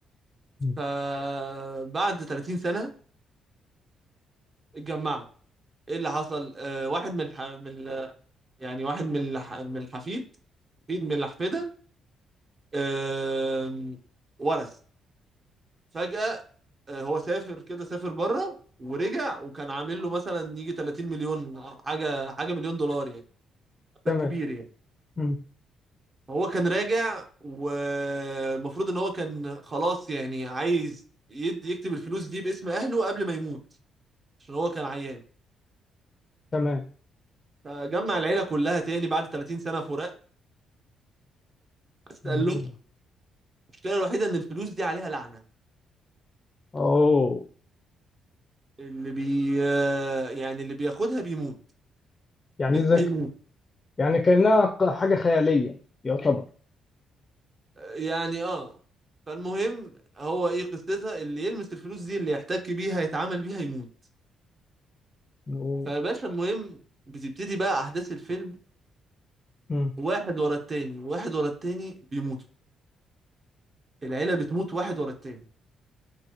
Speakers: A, on the left; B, on the right.
A: مم.
B: فبعد 30 سنه اتجمعوا ايه اللي حصل آه، واحد من الح... من ال... يعني واحد من الح... من الحفيد حفيد من الاحفده آم، ورث فجأة آه، هو سافر كده سافر بره ورجع وكان عامل له مثلا يجي 30 مليون أو حاجه حاجه مليون دولار يعني مبلغ
A: تمام
B: كبير يعني
A: مم.
B: هو كان راجع والمفروض ان هو كان خلاص يعني عايز يد يكتب الفلوس دي باسم اهله قبل ما يموت عشان هو كان عيان
A: تمام
B: فجمع العيله كلها تاني بعد 30 سنه فراق بس
A: مم.
B: قال لهم المشكله الوحيده ان الفلوس دي عليها لعنه
A: أوه
B: اللي بي آه، يعني اللي بياخدها بيموت
A: يعني
B: بس
A: زي
B: هيموت
A: ك- يعني كأنها ق- حاجة خيالية يعتبر
B: يعني اه فالمهم هو ايه قصتها اللي يلمس الفلوس دي اللي يحتك بيها يتعامل بيها يموت
A: أوه.
B: فيا باشا المهم بتبتدي بقى احداث الفيلم
A: مم.
B: واحد ورا التاني واحد ورا التاني بيموتوا العيلة بتموت واحد ورا التاني